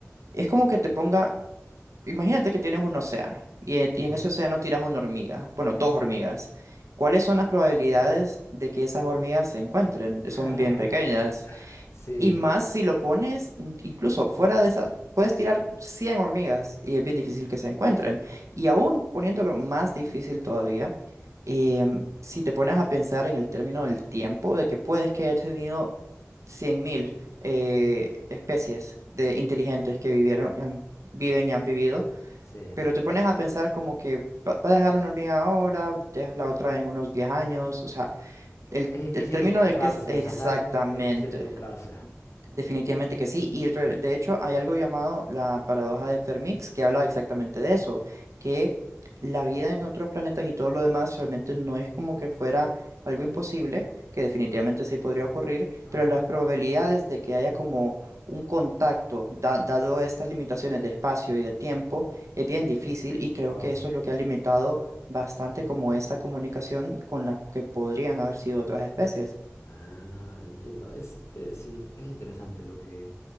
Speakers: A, on the right; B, on the left.
A: es como que te ponga Imagínate que tienes un océano y en, y
B: ujú.
A: en ese océano tiras una hormiga, bueno, dos hormigas. ¿Cuáles son las probabilidades de que esas hormigas se encuentren? Son
B: <laughs>
A: bien pequeñas.
B: Sí,
A: Y más si lo pones mm, incluso fuera de esa, puedes tirar 100 hormigas y es bien difícil que se encuentren. Y aún poniéndolo más difícil todavía, em, si te pones a pensar en el término del tiempo, de que puedes que haya tenido 100.000 eh, especies de inteligentes que vivieron, han- viven y han vivido
B: sí.
A: pero te pones a pensar como que va va a dejar una hormiga ahora, dejas la otra en unos 10 años, o sea, el,
B: Es difícil
A: el término
B: encontrarse,
A: de qué es exactamente.
B: o sea, estás diciendo que es difícil encontrarse.
A: Definitivamente que sí, y re- de hecho hay algo llamado la paradoja de Fermix que habla exactamente de eso, que la vida en otros planetas y todo lo demás realmente no es como que fuera algo imposible, que definitivamente sí podría ocurrir,
B: Ajá.
A: pero las probabilidades de que haya como un contacto, da- dado estas limitaciones de espacio y de tiempo, es bien difícil y creo
B: Wow.
A: que eso es lo que ha limitado bastante como esta comunicación con la que podrían haber sido otras especies.
B: Ah, entiendo. Es, eh, sí, es interesante lo que,